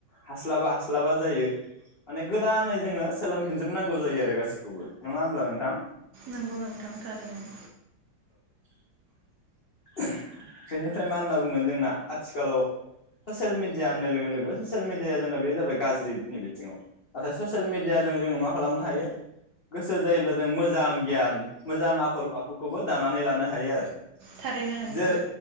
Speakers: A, on the left; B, on the right.
A: हास्लाबा हास्लाबा जायो माने गोदानै जोङो सोलोंफिनजोबनांगौ जायो आरो गासिखौबो नङा होमब्ला नोंथां
B: नंगौ नोंथां थारैनो
A: <inaudible> बिनिफ्राय मा होनना बुंगोन जोंना आथिखालाव ससियेल मिडिया होननाय लोगो लोगो ससियेल मिडियाया जोंना बे जाबाय गाज्रिनि बिथिङाव नाथाय ससियेल मिडियाजों जोङो मा खालामनो हायो गोसो जायोब्ला जों मोजां गियान मोजां आखल आखुखौबो दानानै लानो हायो आरो
B: थारैनो नोंथां।
A: जेरै